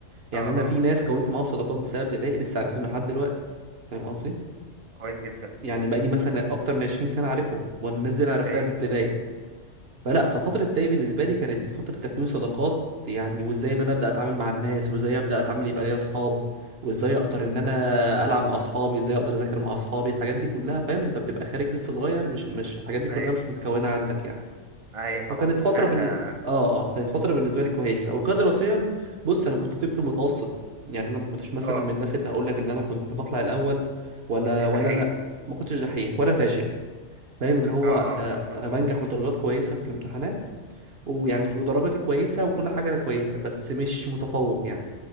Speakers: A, on the right; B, on the right.
A: يعني
B: اه
A: انا
B: اه
A: في ناس كونت معاهم صداقات بسبب ابتدائي لسه عارفهم لحد دلوقتي فاهم قصدي
B: كويس جدا
A: يعني بقى لي مثلا اكتر من 20 سنه عارفهم والناس دي انا عرفتها
B: ايوه
A: في ابتدائي
B: ف-
A: فلا ففترة داي بالنسبة لي كانت فترة تكوين صداقات يعني وازاي ان انا ابدا اتعامل مع الناس وازاي ابدا اتعامل يبقى ليا اصحاب وازاي اقدر ان انا العب مع اصحابي ازاي اقدر اذاكر مع اصحابي الحاجات دي كلها فاهم انت بتبقى خارج لسه صغير مش مش الحاجات دي كلها
B: ايوه
A: مش متكونة عندك يعني
B: ايوه طبعا
A: فكانت
B: نقلة
A: فترة بن... اه اه كانت فترة بالنسبة لي كويسة وكدراسيا بص انا كنت طفل متوسط يعني انا ما كنتش مثلا
B: اه
A: من الناس اللي هقول لك ان انا كنت بطلع الاول ولا
B: كنتش دحيح
A: ولا انا ما كنتش دحيح ولا فاشل فاهم اللي هو
B: اه
A: انا
B: اه في النص
A: انا بنجح بدرجات كويسة في الامتحانات ويعني
B: امم
A: ودرجتي كويسة وكل حاجة أنا كويسة بس مش متفوق يعني